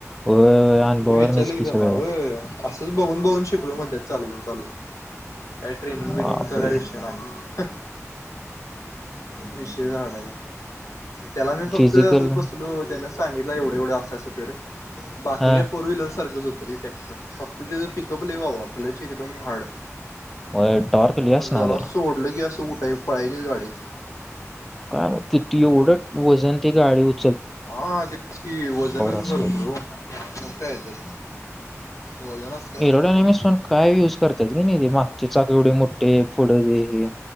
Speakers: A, in the centre; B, on the left (about 70°).
A: होय अनबॉवरनच
B: मी विचारलं किं
A: की
B: त्याना
A: सगळं
B: होय. असंच बघून बघून शिकलो म्हणत्यात चालवून चालवून काय ट्रेनिंग
A: बापरे
B: बिनिंगचा काय विषय नाही विषय झाल. त्याला मी फक्त
A: फिजिकल
B: असंच बसलो त्याने सांगितलं एवढं एवढं असं असं कर. बाकी
A: हा
B: काय फोर व्हीलर सारखंच होत. तरी टॅक्टर फक्त तेज पिकअप लइ बाबा. कलच एकदम हार्ड.
A: होय टॉर्क
B: तेव्हा
A: लय असणार
B: जरा
A: त्याला
B: सोडलं की असं उठा पळायचीचं गाडी.
A: काय किती एवढं वजन ती गाडी उ
B: हा तेच की वजनचं
A: असेल
B: भरपूर ओ. मग काय तर वजन असल्यामुळे
A: एरोड अनिमिस
B: भरपूर
A: पण काय युज करत्यात कने रे. मागचे चाक एवढे मोठे, फुढं हे